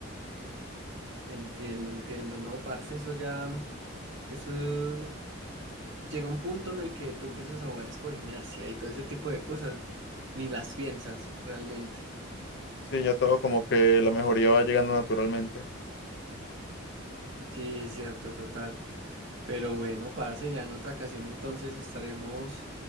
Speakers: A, on the right; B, on the left.
A: entiendo, entiendo, no, parce, eso ya, eso llega un punto en el que tú empiezas a jugar es por inercia y todo ese tipo de cosas, ni las piensas realmente.
B: Sí, ya todo como que la mejoría va llegando naturalmente.
A: Sí, es cierto, total. Pero bueno, parce, ya en otra ocasión entonces estaremos